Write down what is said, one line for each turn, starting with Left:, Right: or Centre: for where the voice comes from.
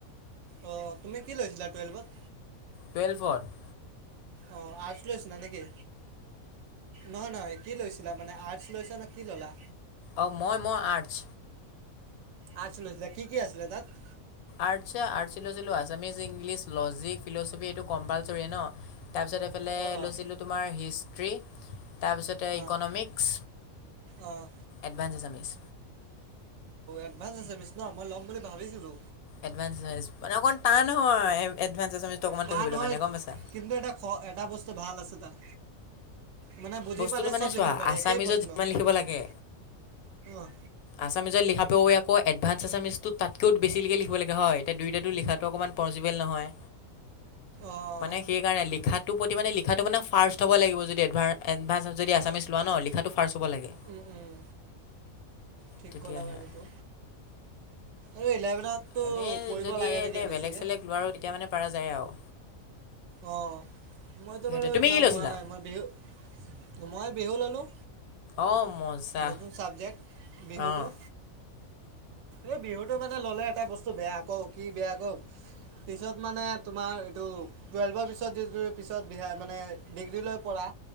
Right: অ তুমি কি লৈছিলা টুৱেলভত?
Left: টুৱেলভত।
Right: অ আৰ্টচ লৈছিলা নেকি নহয় নহয় কি লৈছিলা মানে লৈছা ন কি ল'লা।
Left: অঁ মই মই আৰ্টছ
Right: আৰ্টচ লৈছিলা কি কি আছিলে তাত?
Left: আৰ্টছ আৰ্টচ লৈছিলোঁ আছামিছ, ইংলিছ, লজিক, ফিল'চফি এইটো কম্পালচৰি ন তাৰপিছত এইফালে
Right: অ' অ'
Left: লৈছিলোঁ তোমাৰ হিষ্ট্ৰী। তাৰপিছতে
Right: অ'
Left: ইকনমিক্স,
Right: অ' অঁ
Left: এডভান্স এছমিক্স।
Right: এডভানস আছামিছ মই ল'ম বুলি ভাবিছিলো।
Left: এডভানস এামচ মানে অকণমান টান ও হয় এডভান্স এচামিচটো অকণমান
Right: টান
Left: পঢ়িবৰ
Right: হয়
Left: কাৰণে গম পাইছা
Right: কিন্তু এটা খ এটা বস্তু ভাল আছে তাত মানে বুজি
Left: বস্তুটো
Right: পালে
Left: মানে
Right: চব
Left: চোৱা
Right: লিখিব পাৰি
Left: আছামিজত
Right: একেই প্ৰশ্ন
Left: যিমান লিখিব লাগে।
Right: উম অঁ
Left: আছামিজত লিখা ত আকৌ এডভানঞ্চস এছামিছটো তাতকৈও বেছিলৈকে লিখিব লাগে হয় এতিয়া দুয়োটাটো লিখাটো অকণমান পচিবল নহয়।
Right: অঁ
Left: মানে সেইকাৰণে লিখাৰ প্ৰতি মানে লিখাটো মানে ফাৰ্ষ্ট হ'ব লাগিব য এ এডভাঞ্চ যদি আছামিছ লোৱা ন লিখাটো ফাৰ্চ হ'ব লাগে
Right: উম উম ঠিক
Left: তেতিয়াহে
Right: ক'লা বাৰু
Left: আৰু
Right: সেইটো আৰু ইলেভেনততো
Left: এনেই
Right: পঢ়িব
Left: যদি
Right: লাগে
Left: এনেই
Right: নেকি বেছিকৈ
Left: বেলেগ চেলেগ লোৱাৰো তেতিয়া মানে পাৰা যায় আৰু
Right: অ মইতো
Left: সেইটোৱে
Right: বাৰু
Left: তুমি
Right: ইমান
Left: কি লৈছিলা
Right: লোৱা নাই মই বিহু মই বিহু ললো।
Left: অঁ মজা
Right: নতুন চাবজেক্ট বিহুটো।
Left: অঁ
Right: এই বিহুটো মানে ললে এটা বস্তু বেয়া কও কি বেয়া কও। পিছত মানে তোমাৰ এইটো টোৱেলভৰ পিছত মানে ডিগ্ৰীলৈ পঢ়া